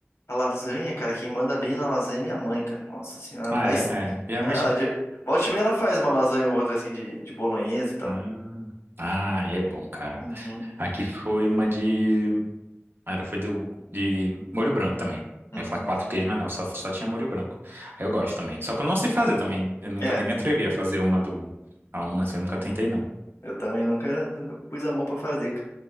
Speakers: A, on the left; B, on the right.
A: A lasanha, cara, quem manda bem na lasanha é minha mãe, cara. Nossa senhora, ela
B: Ah,
A: faz.
B: é, é. Geralmente.
A: Na realidade, volta e meia ela faz uma lasanha ou outra, assim, de, de bolonhesa e tal.
B: Hum. Ah, é bom, cara.
A: Uhum,
B: Aqui foi uma de. Era, foi do, de molho branco também.
A: uhum.
B: Eu ia falar quatro queijos, mas não, só, só tinha molho branco. Aí eu gosto também. Só que eu não sei fazer também. Eu nunca
A: É,
B: nem me atrevi a fazer uma do. A
A: nunca.
B: uma assim, eu nunca tentei, não.
A: Eu também nunca, nunca pus a mão pra fazer, cara.